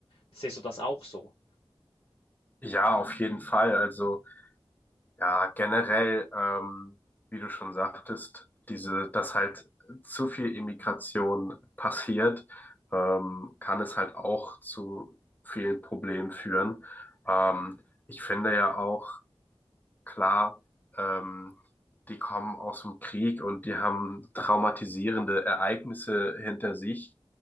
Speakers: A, on the left (about 40°); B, on the left (about 15°).
A: siehst du das auch so?
B: Ja, auf jeden Fall. Also ja, generell, ähm, wie du schon sagtest, diese, dass halt zu viel Immigration passiert, ähm, kann es halt auch zu vielen Problemen führen. Ähm, ich finde ja auch, klar, ähm, die kommen aus dem Krieg und die haben traumatisierende Ereignisse hinter sich.